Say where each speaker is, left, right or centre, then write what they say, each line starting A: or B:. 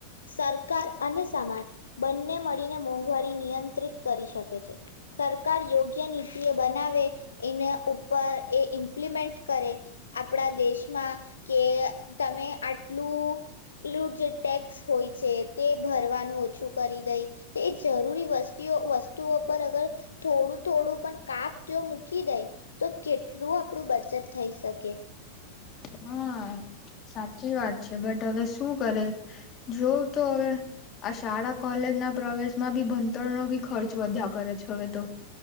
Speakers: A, on the left; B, on the left.
A: સરકાર અને સમાજ બંને મળીને મોંઘવારી નિયંત્રિત કરી શકે છે. સરકાર યોગ્ય નીતિ એ બનાવે એને ઉપર એ ઇમ્પ્લિમેન્ટ કરે આપણા દેશમાં કે તમે આટલું જે ટેક્સ હોય છે તે ભરવાનું ઓછું કરી દે તો એ જરૂરી વસતીઓ વસ્તુઓ પર અગર થોડું થોડું પણ કાપ જો મૂકી દે તો કેટલું આપણું બચત થઈ શકે.
B: હા સાચી વાત છે બટ હવે શું કરે જોવ તો હવે આ શાળા કોલેજ ના પ્રવેશમાં બી ભણતર ન બી ખર્ચ વધ્યા કરે છે હવે તો